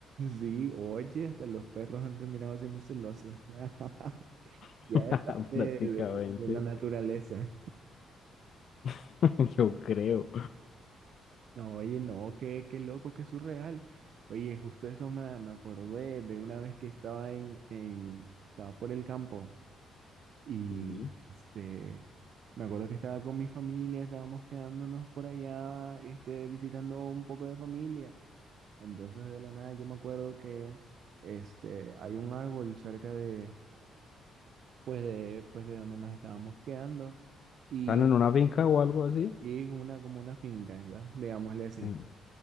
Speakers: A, on the right; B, on the left.
A: Sí, oye, hasta los perros han terminado siendo celosos. <laughs>
B: <laughs>
A: Ya es parte
B: prácticamente.
A: de, de- de la naturaleza.
B: <laughs> Yo creo.
A: No, oye, no, qué, qué loco, qué surreal. Oye, justo eso me, me acordé de una vez que estaba en, en, estaba por el campo y
B: Sí.
A: este, me acuerdo que estaba con mi familia, estábamos quedándonos por allá, este, visitando un poco de familia. Entonces de la nada yo me acuerdo que este, hay un árbol cerca de, pues de, pues de donde nos estábamos quedando y,
B: ¿Están en una finca o algo así?
A: y es una, como una finca, ¿ya? Digámosle así.
B: En-